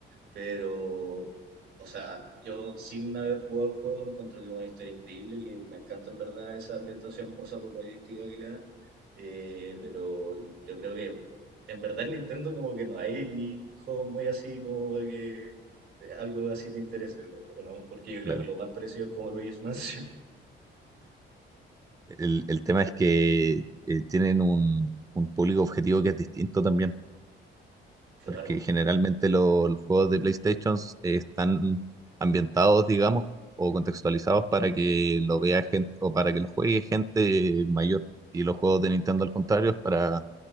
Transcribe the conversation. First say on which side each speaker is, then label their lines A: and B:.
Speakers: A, on the right; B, on the right.
A: Pero, o sea, yo sin haber jugado el juego encuentro que es una historia increíble y me encanta en verdad esa ambientación post-apocalíptica que le dan. Eh, pero yo creo que en verdad en Nintendo como que no hay juegos muy así como para que algo así te interese, ¿o o no? Porque yo creo
B: Claro.
A: que lo más parecido es como Luigi's Mansion.
B: El, el tema es que eh, tienen un, un público objetivo que es distinto también,
A: <laughs> Claro.
B: porque generalmente lo- los juegos de PlayStation eh, están ambientados, digamos, o contextualizados para que lo vea gente o para que lo juegue gente mayor. Y los juegos de Nintendo, al contrario, es para